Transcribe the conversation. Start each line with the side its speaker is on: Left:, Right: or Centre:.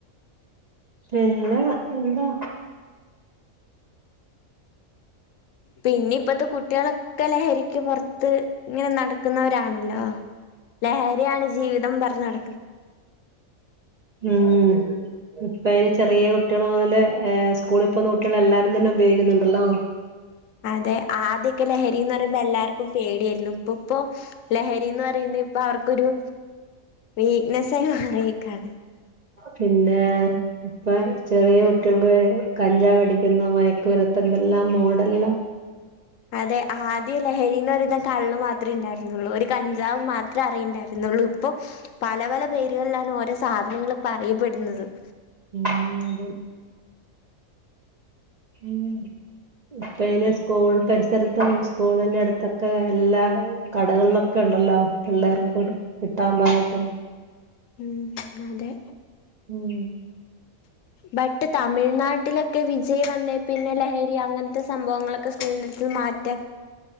Right: പിന്നെ എന്താ
Left: പിന്നിപ്പത്തെ കുട്ട്യാളൊ ക്കെ ലഹരിക്ക് പൊറത്ത് ങ്ങനെ നടക്കുന്നവരാണല്ലോ ലഹരിയാണ് ജീവിതം പ ഞ്നട
Right: ഉം ഇപ്പയ്ന് ചെറിയ കുട്ട്യാള് മൊതല് ഏ സ്കൂളി പ്പോകുന്ന കുട്ട്യാള് എല്ലാരും തന്നെ ഉപയോഗിക്കുന്നുണ്ടല്ലോ
Left: അതെ ആദ്യക്കെ ലഹരിന്ന് പറയുമ്പോ എല്ലാർ ക്കും പേടിയായിരുന്നു ഇപ്പ് പ്പോ ലഹരിന്ന് പറയുന്നി പ്പാർക്കൊരു വീക്ക്നെസായി മാറീക്കാണ്
Right: പിന്നെ ഇപ്പൊ ചെറിയ കുട്ട്യൾക്ക് വരെ കഞ്ചാവടിക്കുന്ന മയക്കമര്ന്ന് പന്തെല്ലാം മോഡൽല്ലാ
Left: അതെ ആദ്യ ലഹരിന്ന് പറയുന്ന കള്ള് മാത്രേ ഇണ്ടായിരുന്നൊള്ളൂ ഒരു കഞ്ചാവ് മാത്രേ അറിയിണ്ടായിരുന്നുള്ളൂ ഇപ്പോ പല പല പേരുകളിലാണ് ഓരോ സാധനങ്ങൾ ഇപ്പ അറിയപ്പെടുന്നത് ത്
Right: ഉം അതന്നെ ഉം ഇപ്പയ്‌ന് സ്കൂൾ പരിസരത്തും സ്കൂളിന്റെ അടുത്തൊക്കെ എല്ലാ കടകളിലൊക്കെണ്ടല്ലോ പിള്ളേർക്ക് കൊട് കിട്ടാൻ പാകത്തിന്
Left: ഉം അതെ
Right: ഉം
Left: ബട്ട് തമിഴ്നാട്ടിലൊക്കെ വിജയ് വന്നേ പിന്നെ ലഹരി അങ്ങൻത്തെ സംഭവങ്ങളൊക്കെ സ്കൂളന്റെട്ത്ത്ന്ന് മാറ്റ